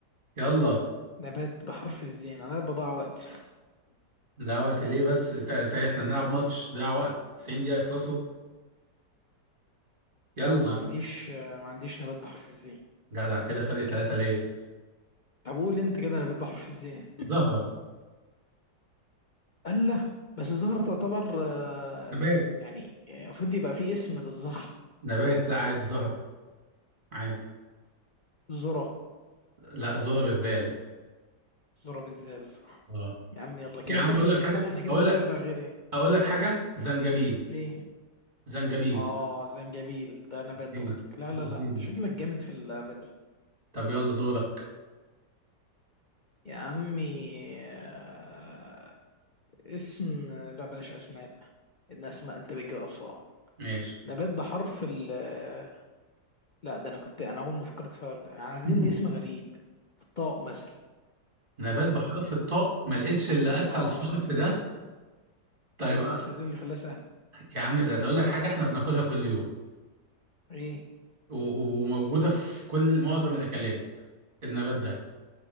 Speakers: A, on the right; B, on the left.
A: يلا
B: نبات بحرف الزين أنا بضيع وقت
A: ده وقت ليه بس انت انت احنا بنلعب ماتش ده وقت 90 دقيقة يخلصوا يلا
B: لا ما عنديش ما عنديش نبات بحرف الزين
A: جدع كده فرق ثلاثة ليا
B: طب قول أنت كده نبات بحرف الزين
A: زهرة
B: ألا بس الزهرة تعتبر آه،
A: نبات
B: بس يعني آه، المفروض يبقى في اسم للزهر
A: نبات لا عادي زهرة عادي
B: الذرة
A: لا زهرة بالذال
B: الذرة بالزال صح
A: اه
B: يا عم يلا كده
A: يا عم
B: فرق
A: اقول
B: كام
A: لك حاجة
B: ده احنا كده
A: اقول
B: الفرق
A: لك
B: بقى غير ايه
A: اقول لك حاجة زنجبيل
B: ايه
A: زنجبيل
B: اه زنجبيل ده نبات
A: هنا
B: برضك لا
A: بالزين
B: لا لا انت شكلك جامد في اللعبة دي
A: طب يلا دورك
B: يا عمي آه، اسم آه، لا بلاش اسماء الاسماء انت بتجيبها بسرعه
A: ماشي
B: نبات بحرف ال آه، لا ده انا كنت انا اول ما فكرت فيها قلت- يعني عايزين
A: <laughs>
B: اسم غريب طاق مثلا
A: نبات بحرف الطاء ما لقيتش الا اسهل
B: اه
A: حرف ده طيب
B: ايه اللي اسهل إيه اللي خلاه سهل
A: يا عم ده اقول لك حاجة احنا بناكلها كل يوم
B: ايه
A: و- وموجودة في كل معظم الأكلات النبات ده